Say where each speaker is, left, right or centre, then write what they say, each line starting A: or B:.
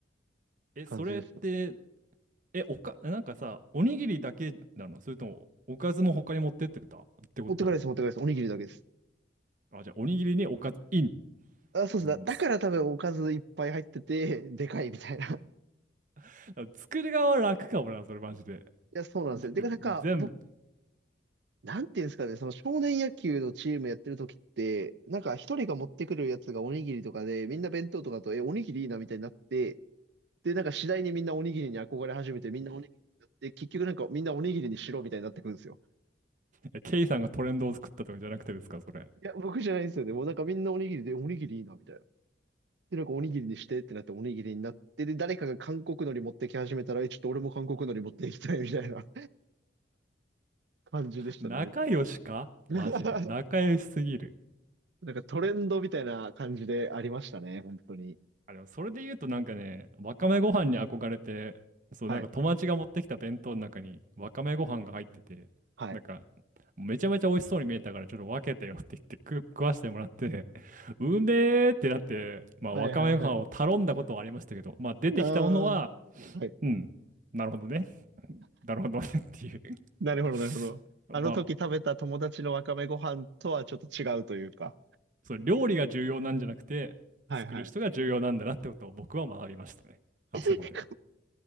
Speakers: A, on the right; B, on the right.
A: って感じでした。
B: え、それって、え、おか、なんかさ、おにぎりだけなのそれとも、おかずも他に持ってってたってことは。
A: 持ってかないです、持ってかないです。おにぎりだけです。
B: あ、じゃあ、おにぎりにおかずイン。
A: あ、そうです。
B: もうす
A: だ、だから多分おかずいっぱい入ってて、でかいみたいな。
B: <laughs> 作り側は楽かもな、それマジで。
A: いや、そうなんですよ。
B: だって、
A: てか、なんか、
B: 全部
A: 僕、なんていうんですかね、その少年野球のチームやってる時って、なんか一人が持ってくるやつがおにぎりとかで、みんな弁当とかだと、え、おにぎりいいなみたいになって、で、なんか次第にみんなおにぎりに憧れ始めて、みんなおにぎりになって、結局なんかみんなおにぎりにしろみたいになってくるんですよ。
B: えケイさんがトレンドを作ったとかじゃなくてですか、それ。
A: いや、僕じゃないんですよね。もうなんかみんなおにぎりで、おにぎりいいなみたいな。で、なんかおにぎりにしてってなっておにぎりになって、で、誰かが韓国海苔持ってき始めたら、え、ちょっと俺も韓国海苔持っていきたいみたいな <laughs> 感じでしたね、
B: 仲良しかマジで。
A: めっちゃ。<laughs>
B: 仲良しすぎる。
A: なんかトレンドみたいな感じでありましたね、本当に。
B: あ、でもそれで言うとなんかね、わかめご飯に憧れて、そう、
A: はい。
B: なんか友達が持ってきた弁当の中にわかめご飯が入ってて、
A: はい。
B: なんか、めちゃめちゃ美味しそうに見えたから、ちょっと分けてよって言って食、食わしてもらって、<laughs> うめえってなって、まあ、
A: はいはいはい。
B: わかめご飯を頼んだことはありましたけど、まあ、出てきたものは、
A: ああ。はい。
B: うん、なるほどね。<laughs> なるほどねっていう
A: なるほど、なるほど。
B: <laughs> まあ、
A: あの時食べた友達のわかめご飯とはちょっと違うというか。
B: その料理が重要なんじゃなくて、
A: はいはい。
B: 作る人が重要なんだなってことを僕は学びましたね。あそこで。
A: <laughs>